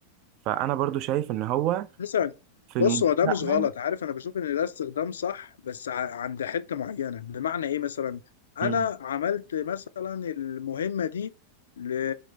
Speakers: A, on the right; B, on the left.
A: فانا برضو شايف ان هو
B: مثلا
A: في المستقبل
B: بص هو ده مش غلط عارف انا بشوف ان ده استخدام صح بس ع- عند حته معينه بمعنى ايه مثلا انا
A: مم.
B: عملت مثلا المهمه دي ل